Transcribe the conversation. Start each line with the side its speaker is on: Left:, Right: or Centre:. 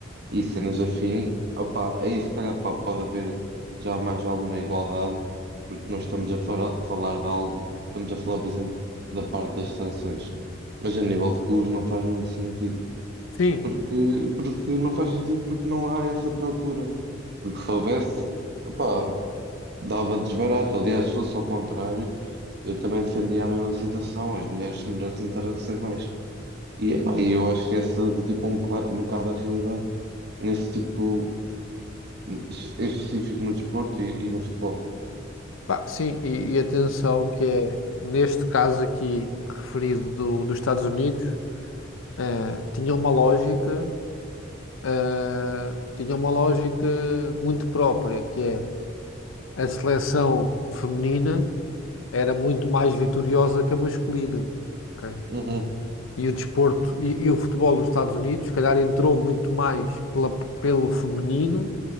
Right: e cenas afim, opa, aí se calhar pá, pode haver já mais alguma igualdade, porque nós estamos a fara- falar de algo, estamos a falar, por exemplo, da parte das sanções, mas a nível de clubes não faz muito sentido,
Left: Sim,
Right: porque, porque não faz sentido porque não há essa procura, porque se houvesse, opá, dava desbarato, aliás, se fosse ao contrário, eu também defendia a mesma situação, as mulheres merecem estar a receber mais. E, epá, e eu acho que essa é tipo um, boca- um bocado a realidade nesse tipo. Em específico no desporto e, e no futebol.
Left: pá, sim, e, e atenção que é, neste caso aqui referido do, dos Estados Unidos, eh, tinha uma lógica eh, tinha uma lógica muito própria, que é a seleção feminina era muito mais vitoriosa que a masculina. ok?
Right: Uhum.
Left: E o desporto e, e o futebol nos Estados Unidos, se calhar, entrou muito mais pela- pelo feminino